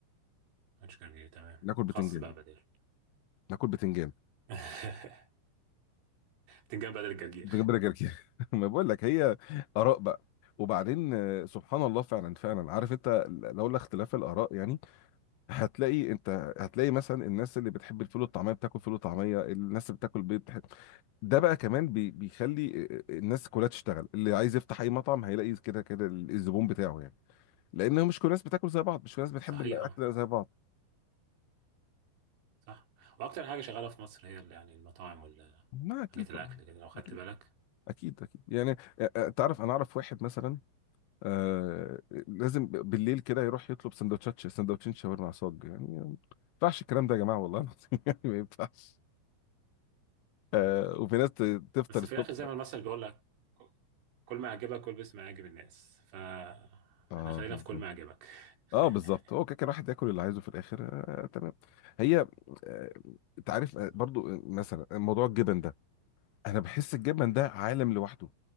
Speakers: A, on the right (about 85°); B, on the left (about 80°).
A: مش جرجير تمام
B: ناكل بتنجان
A: خاص بقى بدل
B: ناكل بتنجان
A: <laughs> تنجان بدل الجرجير
B: بتنجان بلا جرجير <laughs> ما بقول لك هي اراء بقى وبعدين آه، سبحان الله فعلا فعلا عارف انت لولا اختلاف الاراء يعني هتلاقي انت هتلاقي مثلا الناس اللي بتحب الفول والطعميه بتاكل فول وطعميه الناس اللي بتاكل بيض بتحب ده بقى كمان بي... بيخلي الناس كلها تشتغل اللي عايز يفتح اي مطعم هيلاقي كده كده الزبون بتاعه يعني لان مش كل الناس بتاكل زي بعض مش كل الناس بتحب
A: صحيحة
B: الاكل زي بعض
A: صح وأكتر حاجة شغالة في مصر هي ال- يعني المطاعم والحاجات
B: ما اكيد
A: الأكل
B: طبعا
A: كده لو خدت
B: اكيد
A: بالك
B: اكيد اكيد يعني اه، آه، تعرف انا اعرف واحد مثلا آه لازم بالليل كده يروح يطلب سندوتشات سندوتشين شاورما على صاج يعني ما ينفعش الكلام ده يا جماعه والله العظيم <laughs> يعني ما ينفعش
A: مم.
B: آه وفي ناس ت- تفطر
A: بس
B: الصبح
A: في الآخر زي ما المثل بيقول لك كل ما يعجبك كل باسم يعجب الناس فاحنا
B: اه
A: خلينا
B: بالظبط
A: في كل ما يعجبك
B: اه
A: <laughs>
B: بالظبط هو كده كده الواحد ياكل اللي عايزه في الاخر آه تمام هي آه انت عارف
A: بالظبط
B: آه برضو آه، مثلا موضوع الجبن ده انا بحس الجبن ده عالم لوحده